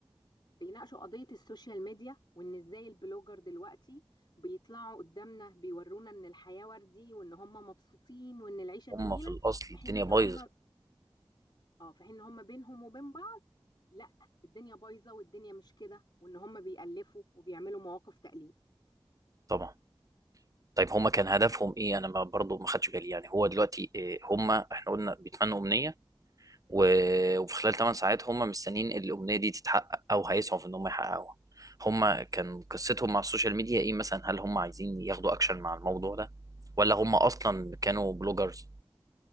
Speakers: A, on the left; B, on the right.
A: بيناقشوا قضية السوشيال ميديا وإن إزاي البلوجر دلوقتي بيطلعوا قدامنا بيورونا إن الحياة وردي وإن هم مبسوطين وإن العيشة
B: هم
A: جميلة
B: في الاصل
A: في
B: الدنيا
A: حين إن
B: بايظه
A: هم اه في حين ان هم بينهم وبين بعض لا الدنيا بايظه والدنيا مش كده وان هم بيألفوا وبيعملوا مواقف تأليف
B: طبعا طيب هم كان هدفهم ايه انا ما- برضه ما خدش بالي يعني هو دلوقتي إيه هم احنا قلنا بيتمنوا امنيه و- وفي خلال 8 ساعات هم مستنيين الامنيه دي تتحقق او هيسعوا في ان هم يحققوها هم كان قصتهم مع السوشيال ميديا ايه مثلا هل هم عايزين ياخدوا اكشن مع الموضوع ده ولا هم اصلا كانوا بلوجرز